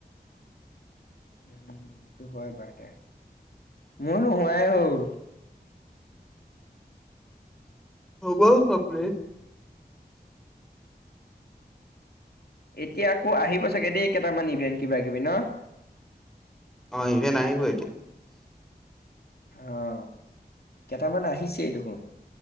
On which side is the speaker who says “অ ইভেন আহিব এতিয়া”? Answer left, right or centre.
Centre